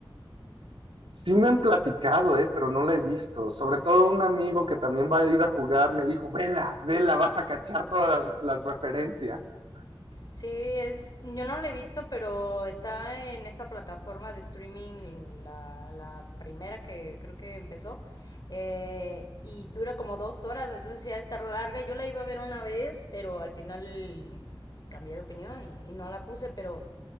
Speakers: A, on the right; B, on the left.
A: Sí me han platicado, eh, pero no la he visto. Sobre todo un amigo que también va a ir a jugar me dijo, vela, vela, vas a cachar todas las las referencias.
B: Sí, es, yo no la he visto, pero está en esta plataforma de streaming, la, la primera que creo que empezó, eh, y dura como dos horas, entonces sí ha de estar larga. Yo la iba a ver una vez, pero al final cambié de opinión y, y no la puse, pero,